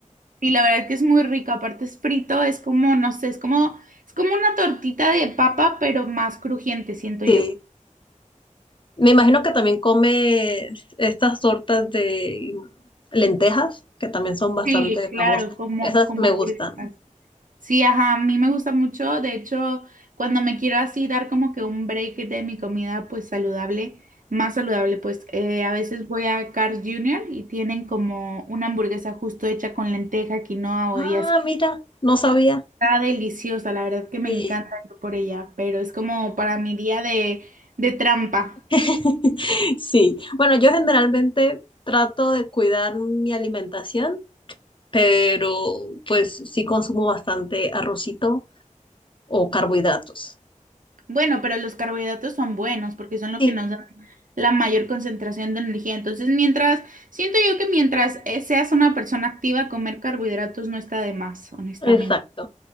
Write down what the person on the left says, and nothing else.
Sí.
Me imagino que también come estas tortas de lentejas, que también son bastante
famosas.
Esas
me
gustan.
Ah,
mira, no sabía.
Sí.
<laughs> Sí. Bueno, yo generalmente trato de cuidar mi alimentación, pero pues sí consumo bastante arrocito o carbohidratos.
Sí,
exacto.